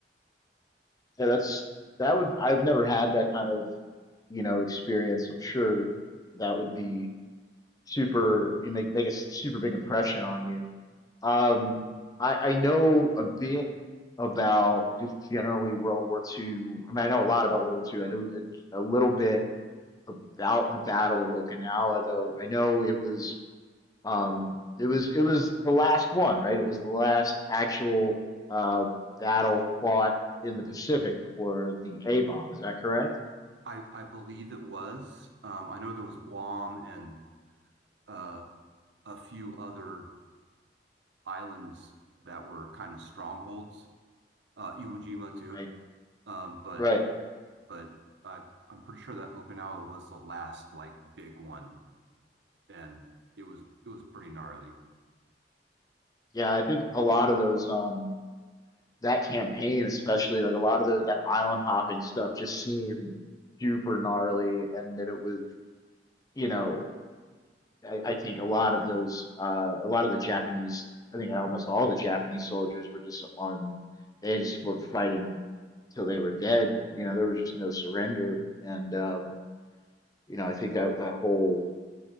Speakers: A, on the left; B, on the right.
A: Yeah, that's that would I've never had that kind of, you know, experience. I'm sure that would be super you make make a super big impression on you. Um, I I know a bit about just generally World War II. I mean, I know a lot about World War II. I know a, a little bit about the Battle of Okinawa, though. I know it was um it was it was the last one, right? It was the last actual uh battle fought in the Pacific before the A bomb. Is that correct?
B: I I believe it was. Um, I know there was Guam and uh, a few other islands that were kind of strongholds. Uh, Iwo Jima too.
A: Right.
B: Um, but
A: Right.
B: but I I'm pretty sure that Okinawa was the last like big one, and it was it was pretty gnarly.
A: Yeah, I think a lot of those. Um, that campaign especially like a lot of the that island hopping stuff just seemed super gnarly and that it was you know I, I think a lot of those uh a lot of the Japanese I think almost all the Japanese soldiers were just on they just were fighting till they were dead you know there was just no surrender and um you know I think that that whole